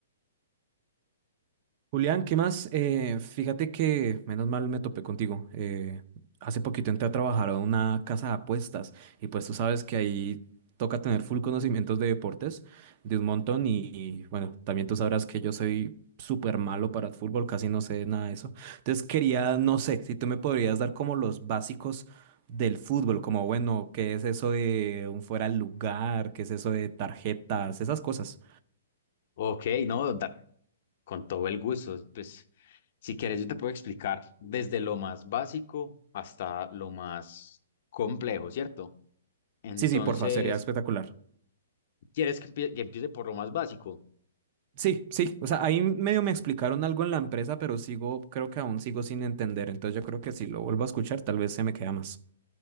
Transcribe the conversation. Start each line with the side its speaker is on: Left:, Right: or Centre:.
Right: Julián, ¿qué más? Eh, fíjate que menos mal me topé contigo. Eh, hace poquito entré a trabajar a una casa de apuestas y pues tú sabes que ahí toca tener full conocimientos de deportes, de un montón y, y, bueno, también tú sabrás que yo soy súper malo para el fútbol, casi no sé nada de eso. Entonces quería, no sé, si tú me podrías dar como los básicos del fútbol, como bueno, ¿qué es eso de un fuera de lugar? ¿Qué es eso de tarjetas? Esas cosas.
Left: Ok, no, da- con todo el gusto. Pues, si quieres, yo te puedo explicar desde lo más básico hasta lo más complejo, ¿cierto? Entonces,
Right: Sí, sí, porfa, sería espectacular.
Left: ¿quieres que empie- que empiece por lo más básico?
Right: Sí, sí, o sea, ahí medio me explicaron algo en la empresa, pero sigo, creo que aún sigo sin entender, entonces yo creo que si lo vuelvo a escuchar, tal vez se me queda más.